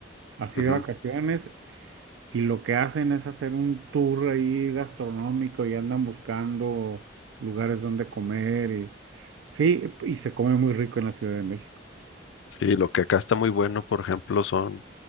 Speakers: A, on the right; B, on the left.
A: así
B: Ujú.
A: de vacaciones, y lo que hacen es hacer un tour ahí gastronómico y andan buscando lugares donde comer. Y, sí, y se come muy rico en la Ciudad de México.
B: Sí, lo que acá está muy bueno, por ejemplo, son